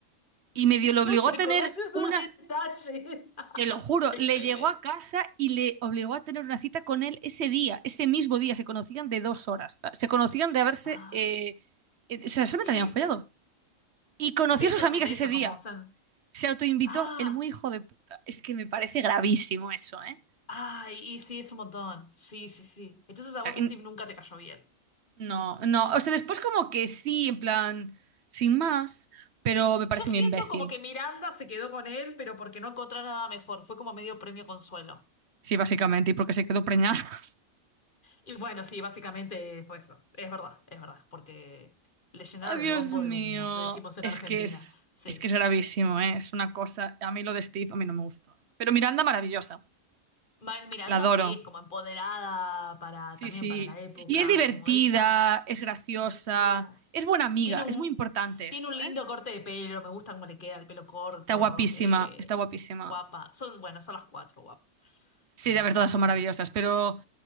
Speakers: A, on the right; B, on the left.
A: y medio
B: <laughs>
A: lo
B: ¿Cómo
A: obligó
B: te
A: a tener
B: acordás de esos
A: una.
B: detalles?
A: Te lo juro,
B: <laughs> Excelente.
A: le llegó a casa y le obligó a tener una cita con él ese día, ese mismo día. Se conocían de dos horas. Se conocían de haberse.
B: Ah,
A: eh, eh, o sea, solamente
B: y
A: habían follado.
B: te-
A: Y conoció
B: Sí,
A: a sus
B: solamente
A: amigas ese
B: eso,
A: día.
B: como, o sea,
A: Se autoinvitó,
B: ah,
A: el muy hijo de puta. Es que me parece gravísimo eso, ¿eh?
B: ay, y sí, es un montón. Sí, sí, sí. Entonces a
A: O sea,
B: vos,
A: y-
B: Steve, nunca te cayó bien.
A: no, no. O sea, después como que sí, en plan, sin más, pero me parece
B: Yo siento
A: un imbécil.
B: como que Miranda se quedó con él, pero porque no encontró nada mejor. Fue como medio premio consuelo.
A: Sí, básicamente, y porque se quedó preñada.
B: Y bueno, sí, básicamente fue eso. Es verdad, es verdad, porque le llenaron
A: Ay, Dios
B: el bombo
A: mío.
B: de humo, decimos en
A: Es
B: Argentina.
A: que es,
B: Sí.
A: es que es gravísimo, ¿eh? Es una cosa. A mí lo de Steve, a mí no me gustó. ¿eh? Pero Miranda, maravillosa.
B: Ma- Miranda
A: La adoro.
B: sí, es como empoderada para,
A: Sí,
B: también
A: sí.
B: para la época,
A: Y es divertida,
B: como ella.
A: es graciosa,
B: Divertida.
A: es buena amiga.
B: Tiene un,
A: Es muy importante esto,
B: tiene un lindo
A: ¿eh?
B: corte de pelo, me gusta cómo le queda el pelo corto.
A: Está guapísima,
B: eh,
A: está guapísima.
B: guapa. Son, bueno, son las cuatro guapas.
A: Sí,
B: Pero
A: ya ver, todas son
B: sí.
A: maravillosas, pero,